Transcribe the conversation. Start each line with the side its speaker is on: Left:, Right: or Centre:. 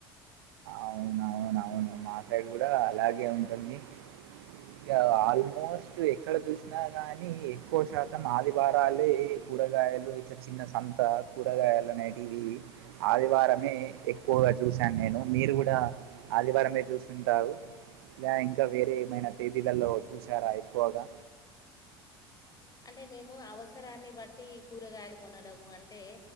Right: అవున అవున అవును మాసయి కూడా అలాగే ఉంటుంది ఇంకా ఆల్మోస్ట్ ఎక్కడ చూసినా కానీ ఎక్కువ శాతం ఆదివారాలే కూరగాయలు ఇట్లా చిన్న సంత కూరగాయలు అనేటివి ఆదివారమే ఎక్కువ చూసాను నేను మీరు కూడా ఆదివారమే చూస్తుంటారు ఇ ఇంకా వేరే ఏమైనా తేదీలలో చూసారా ఎక్కువగా
Left: అంటే మేము అవసరాన్ని బట్టి కూరగాయలు కొనడము, అంటే